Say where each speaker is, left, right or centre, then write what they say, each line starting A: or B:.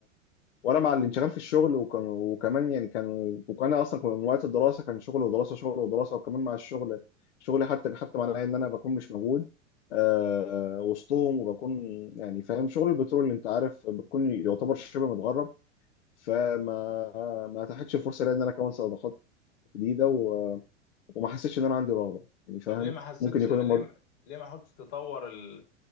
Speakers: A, on the left; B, on the left.
A: وانا مع الانشغال في الشغل وكان وكمان يعني كان وكان اصلا كان من وقت الدراسه كان شغل ودراسه شغل ودراسه وكمان مع الشغل شغلي حتى حتى معناه ان انا بكون مش موجود آه وسطهم وبكون يعني فاهم شغل البترول اللي انت عارف بتكون يعتبر شبه متغرب فما ما اتاحتش الفرصه ليا ان انا اكون صداقات جديده و... وما حسيتش ان انا عندي رغبه يعني فاهم
B: طب ليه ما حسيتش
A: ممكن يكون
B: ليه
A: المض...
B: ما- ليه ما حاولتش تطور ال-